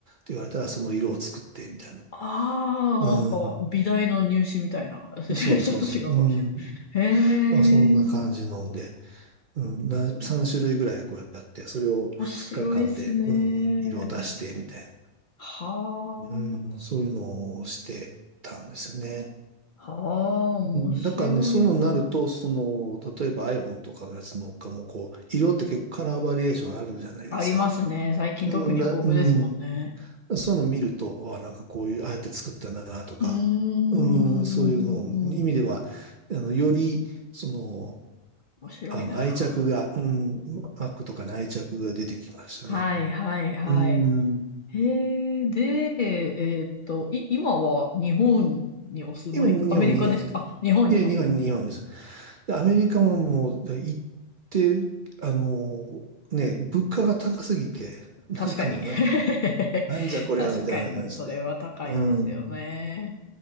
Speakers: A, on the right (about 45°); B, on the left (about 50°).
A: て言われたらその色を作ってみたいな。
B: ああ、
A: う
B: なんか、美大の入試みたいな。<laughs> ちょっと違うかもし
A: ん、そうそうそう。うん、
B: れない。へえ。
A: まあ、そんな感じなんで。うん、な3種類ぐらいこうやって、それを2日間で、
B: 面白いっすね。
A: うん、色を出して、みたい
B: は
A: な、うん、そういうのをしてたんですよね。
B: あ、はあ、面白いな。
A: うん、だからね、そういうのになると、その、例えば iPhone とかのやつのかも、こう、色って結構カラーバリエーションあるじゃないですか。
B: ありますね。最近特に豊富ですもんね。
A: うんだ、うん、そういうの見ると、あ、なんかこういう、ああやって作ったんだな、とか、
B: うーん、うんうんうんうん。
A: うん、そういうの、意味では、あの、より、その、
B: 面白いな。
A: あの、愛着が、うん、Mac とかに愛着が出てきましたね。
B: はい、はい、はい。
A: うーん。
B: へえ、で、えーっと、い、今は日本にお住まい、
A: 今、日本、
B: アメリカですかあ、
A: 日本で。
B: 日本にお、
A: いや、日本、日本です。で、アメリカももう、行って、あのね、物価が高すぎて、なんかもうなん、
B: 確かに。<laughs>
A: なんじゃこりゃ、
B: 確かに、
A: みたいな感じで。
B: それは高いですよね。
A: うん。